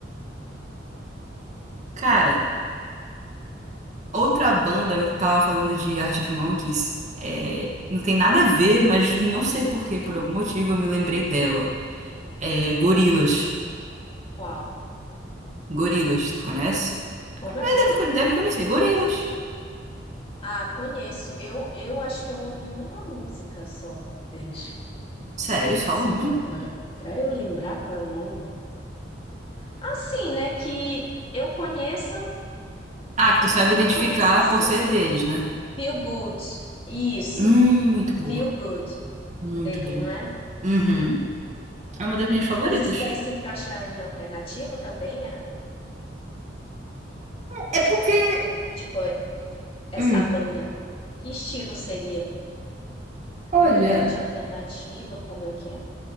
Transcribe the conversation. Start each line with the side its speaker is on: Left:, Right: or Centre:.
Right: Cara, outra banda, eu tava falando de Arctic Monkeys, é, não tem nada a ver, mas não sei por quê, por algum motivo eu me lembrei dela. É Gorillaz.
Left: Qual?
Right: Gorillaz, tu conhece?
Left: Como
Right: É, Deve,
Left: é o nome?
Right: deve conhecer, Gorillaz.
Left: Ah, conheço. Eu, eu acho que eu ouvi uma música só deles.
Right: Sério, só uma?
Left: Só que agora, pra eu lembrar qual é o nome. Assim, né? Que eu conheça,
Right: Ah, que tu sabe
Left: que
Right: identificar
Left: eu conheça assim.
Right: por ser deles, né?
Left: Feel Good. Isso.
Right: Hum, muito boa.
Left: Feel Good
Right: Muito
Left: deles,
Right: boa.
Left: não é?
Right: Uhum. É uma das minhas favoritas.
Left: Mas isso daí se encaixa em alternativa também, é?
Right: É
Left: É tipo,
Right: porque.
Left: ou, tipo, é- essa
Right: Hum,
Left: banda. Que estilo seria?
Right: olha.
Left: Indie, alternativa, como é que é?